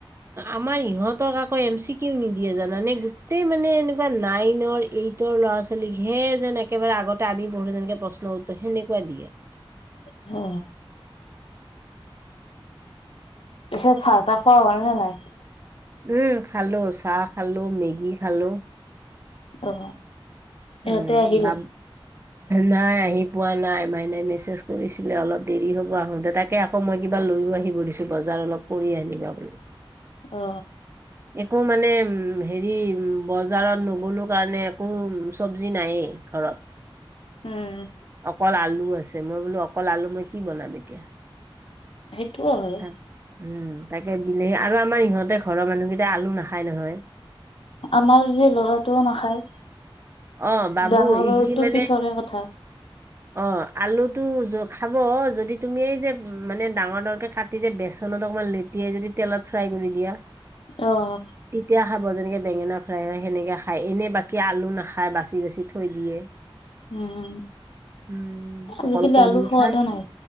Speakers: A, on the right; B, on the left.
A: আমাৰ ইহঁতক আকৌ এম চি কিও নিদিয়ে জানানে, গোটেই মানে এনেকুৱা নাইনৰ, এইটৰ ল'ৰা-ছোৱালীকহে যেন একেবাৰে আগতে আমি পঢ়োটে যেনেকে প্ৰশ্ন-উত্তৰ সেনেকুৱা দিয়ে।
B: অ পিছে চাহ-তাহ খোৱা হ'ল নে নাই?
A: উম খালো চাহ খালো, মেগী খালো।
B: অ ইহঁতে
A: উম
B: আহিল
A: বাম নাই আহি পোৱা নাই মাইনাই মেছেজ কৰিছিলে অলপ দেৰি হ'ব আহোতে, তাকে আকৌ মই কিবা লৈয়ো আহিব দিছোঁ বজাৰ অলপ কৰি আনিবা বোলো।
B: অ
A: একো মানে হেৰি বজাৰত নগলো কাৰণে একো চব্জি নায়েই ঘৰত।
B: উম।
A: অকল আলু আছে, মই বোলো অকল আলু মই কি বনাম এতিয়া।
B: সেইটোও হয়
A: তা উম। তাকে বিলেহী আৰু আমাৰ ইহঁতে ঘৰৰ মানুহকেইটাই আলু নাখায় নহয়।
B: আমাৰ যে লৰাটোও নাখায়।
A: অ বাবু
B: ডাঙৰৰটো
A: ইজিলি মানে
B: পিছৰে কথা
A: অ আলু এইটো য খাব যদি তুমি এই যে মানে ডাঙৰ- ডাঙৰকে কাটি যে বেচনত অকমান লেটিয়াই যদি তেলত ফ্ৰাই কৰি দিয়া। <unintelligible>
B: অহ
A: তেতিয়া খাব যেনেকে বেঙেনা ফ্ৰাই হয়, সেনেকে খায় এনেই বাকী আলু নাখায়। বাচি বাচি থৈ দিয়ে।
B: উম
A: উম
B: আজিকালি
A: অকল কণী
B: আলু সোৱাদো
A: খাই
B: নাই